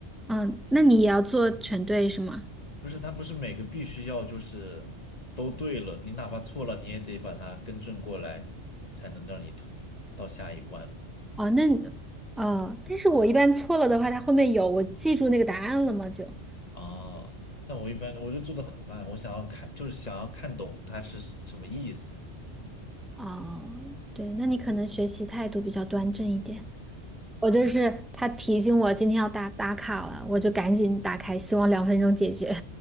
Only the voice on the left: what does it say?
不是，它不是每个必须要就是都对了，你哪怕错了，你也得把它更正过来，才能让你通到下一关嘛。
啊，但我一般我就做的很慢，我想要看，就是想要看懂它是什么意思。